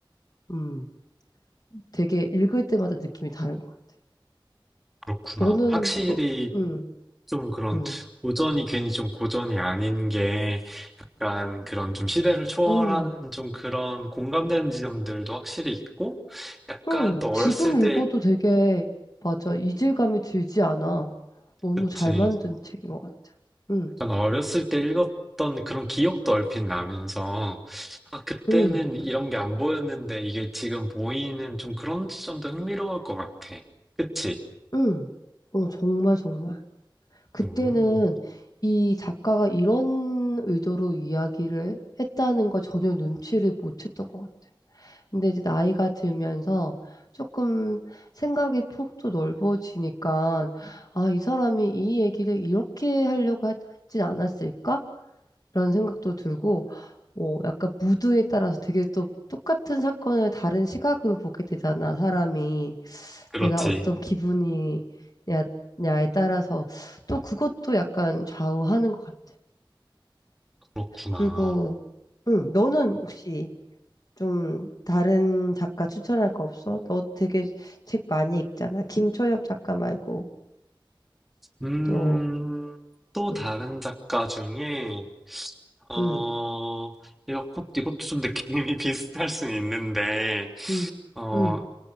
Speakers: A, on the left; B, in the centre.
A: 음, 되게 읽을 때마다 느낌이 다른 것 같아.
B: 그렇구나.
A: 너는
B: 확실히
A: 너 음,
B: 좀 그런
A: 음,
B: 고전이 괜히 좀 고전이 아닌 게 약간 그런 좀 시대를 초월하는
A: 음.
B: 좀 그런 공감되는 지점들도 확실히 있고, 약간
A: 응,
B: 또
A: 지금
B: 어렸을 때,
A: 읽어도 되게, 맞아, 이질감이 들지 않아. 너무
B: 그치.
A: 잘 만든 책인 것 같아. 응,
B: 약간 어렸을 때 읽었던 그런 기억도 얼핏 나면서, 아, 그때는
A: 응,
B: 이런 게 안 보였는데 이게 지금 보이는 좀 그런 지점도 흥미로울 것 같아. 그치?
A: 응. 어, 정말, 정말. 그때는
B: 음,
A: 이 작가가 이런 의도로 이야기를 했다는 걸 전혀 눈치를 못 챘던 것 같아. 근데 이제 나이가 들면서 조금 생각의 폭도 넓어지니까, 아, 이 사람이 이 얘기를 이렇게 하려고 했- 했진 않았을까? 라는 생각도 들고, 어, 약간 무드에 따라서 되게 또 똑같은 사건을 다른 시각으로 보게 되잖아, 사람이.
B: 그렇지.
A: 내가 어떤 기분이냐, 냐에 따라서 또 그것도 약간 좌우하는 것 같아.
B: 그렇구나.
A: 그리고, 응, 너는 혹시 좀 다른 작가 추천할 거 없어? 너 되게 책 많이 읽잖아. 김초엽 작가 말고
B: 음,
A: 또,
B: 또
A: 응,
B: 다른 작가 중에, 어,
A: 응,
B: 이것, 이것도 좀 느낌이 <laughs> 비슷할 순 있는데,
A: 응,
B: 어,
A: 응,